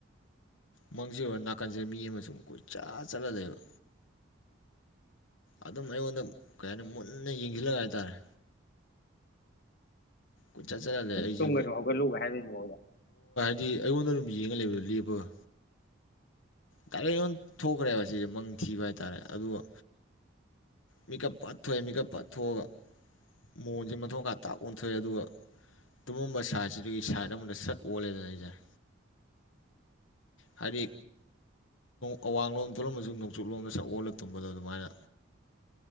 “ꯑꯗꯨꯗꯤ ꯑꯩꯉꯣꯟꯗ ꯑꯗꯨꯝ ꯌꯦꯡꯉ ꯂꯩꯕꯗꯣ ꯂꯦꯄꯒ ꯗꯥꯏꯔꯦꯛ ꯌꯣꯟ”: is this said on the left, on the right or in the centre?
Left